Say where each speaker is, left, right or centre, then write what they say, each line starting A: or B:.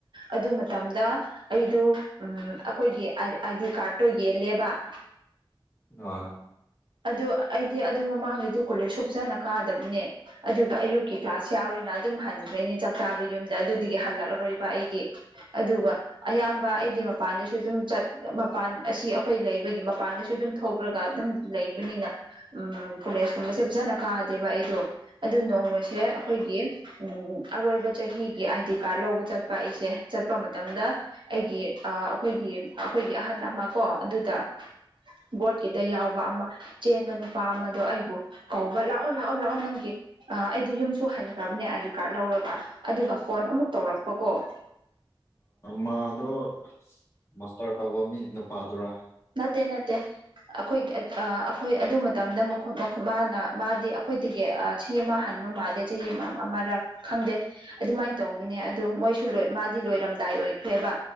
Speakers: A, on the right (about 65°); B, on the left (about 30°).
A: ꯑꯗꯨ ꯃꯇꯝꯗ ꯑꯩꯗꯣ ꯎꯝ ꯑꯩꯈꯣꯏꯒꯤ ꯑꯥꯏꯗꯤ ꯀꯥꯔꯠꯇꯣ ꯌꯦꯜꯂꯦꯕ <inaudible>
B: ꯑ
A: ꯑꯗꯨ ꯑꯩꯗꯤ ꯑꯗꯨ ꯃꯃꯥꯡꯗꯗꯤ ꯀꯣꯂꯦꯖ ꯁꯨꯞꯖꯅ ꯀꯥ ꯅꯦ ꯑꯗꯨꯒ ꯑꯌꯨꯛ ꯀ꯭ꯂꯥꯁ ꯌꯥꯎꯔꯤꯅ ꯑꯗꯨꯝ ꯍꯟꯈ꯭ꯔꯅꯦ ꯆꯞ ꯆꯕ ꯌꯨꯝꯗ ꯑꯗꯨ ꯍꯜꯂꯛꯑꯔꯣꯏ ꯑꯩꯗꯤ ꯑꯗꯨꯒ ꯑꯌꯥꯝꯕ ꯑꯩꯗꯤ ꯃꯄꯥꯟꯗꯁꯨ ꯑꯗꯨꯝ ꯃꯄꯥꯟ ꯑꯁꯤ ꯑꯩꯈꯣꯏ ꯂꯩꯕ ꯑꯩꯈꯣꯏꯒꯤ ꯃꯄꯥꯟꯗꯁꯨ ꯑꯗꯨꯝ ꯊꯣꯛꯂꯒ ꯑꯗꯨꯝ ꯂꯩꯕꯅꯤꯅ ꯎꯝ ꯀꯣꯂꯦꯖ ꯀꯨꯝꯕꯁꯦ ꯐꯖꯅ ꯀꯥ ꯗꯦꯕ ꯑꯩꯗꯣ ꯑꯗꯨ ꯅꯣꯡꯃꯁꯦ ꯑꯩꯈꯣꯏꯒꯤ ꯎ ꯑꯔꯣꯏꯕ ꯆꯍꯤꯒꯤ ꯑꯥꯏꯗꯤ ꯀꯥꯔꯗ ꯂꯧꯕ ꯆꯠꯄ ꯑꯩꯁꯦ ꯆꯠꯄ ꯃꯇꯝꯗ ꯑꯩꯒꯤ ꯑꯩꯈꯣꯏꯒꯤ ꯑꯩꯈꯣꯏꯒꯤ ꯑꯍꯟ ꯑꯃ ꯀꯣ ꯑꯗꯨꯗ ꯕꯣꯠꯀꯤꯗ ꯌꯥꯎꯕ ꯑꯃ ꯆꯦꯟꯕ ꯅꯨꯄꯥ ꯑꯃꯗꯣ ꯑꯩꯕꯨ ꯀꯧꯕ ꯂꯥꯛ ꯂꯥꯛꯑꯣ ꯂꯥꯛꯑꯣ ꯂꯥꯛꯑꯣ ꯅꯪꯒꯤ ꯑꯩꯗꯤ ꯌꯨꯝꯁꯨ ꯍꯟꯈ꯭ꯔꯕꯅꯦ ꯑꯥꯏ ꯗꯤ ꯀꯥꯔꯗ ꯂꯧꯔꯒ ꯑꯗꯨꯒ ꯐꯣꯟ ꯑꯃꯨꯛ ꯇꯧꯔꯛꯄ ꯃꯀꯣꯛ
B: ꯃꯥꯗꯣ ꯃꯁꯇꯔ ꯇꯧꯕ ꯃꯤ ꯅꯨꯄꯥꯗꯨꯔꯥ
A: ꯅꯠꯇꯦ ꯅꯠꯇꯦ ꯑꯩꯈꯣꯏ ꯑꯩꯈꯣꯏ ꯑꯗꯨ ꯃꯇꯝꯗ ꯃꯥꯅ ꯃꯥꯗꯤ ꯑꯩꯈꯣꯏꯗꯒꯤ ꯁꯤ ꯑꯃ ꯍ ꯃꯥꯂꯦ ꯆꯍꯤ ꯑꯃ ꯑꯃ ꯈꯪꯗꯦ ꯑꯗꯨꯃꯥꯏꯅ ꯇꯧꯕꯅꯦ ꯑ ꯃꯣꯏꯁꯨ ꯃꯥꯗꯤ ꯂꯣꯏꯔꯝꯗꯥꯏ ꯑꯣꯏꯈ꯭ꯔꯦꯕ